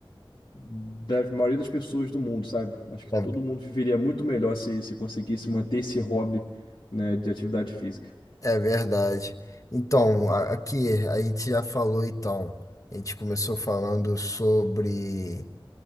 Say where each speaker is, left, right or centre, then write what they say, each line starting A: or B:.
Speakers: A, on the left (about 65°); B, on the left (about 40°).
A: da maioria das pessoas do mundo, sabe? Acho que
B: É,
A: todo mundo viveria muito melhor se, se conseguisse manter esse hobby, né, de atividade física.
B: é verdade. Então, a- aqui a gente já falou, então, a gente começou falando sobre